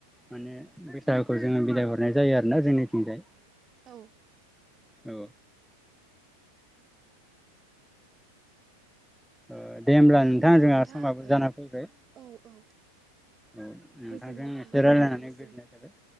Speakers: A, in the centre; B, on the right.
A: माने बैसागुखौ जोङो बिदाइ हरनाय जायो आरोना जोंनिथिंजाय
B: औ
A: औ ओ दे होमब्ला नोंथाङा
B: होनब्ला
A: जोंहा
B: नोंथां
A: समाबो
B: ओ
A: जाना फैबाय
B: औ औ
A: औ नोंथांजों
B: गोजोननाय थाबाय
A: एसे
B: नोंथांनिसिम
A: रायलायनानै गोजोननाय थाबाय